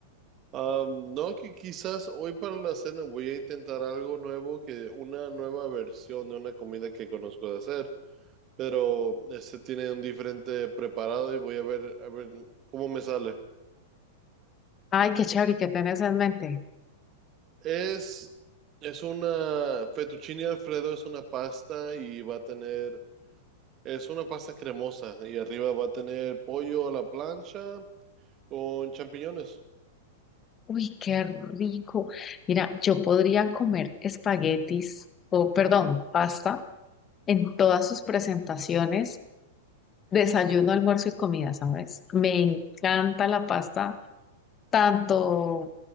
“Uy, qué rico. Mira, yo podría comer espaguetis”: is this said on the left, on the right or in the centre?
Left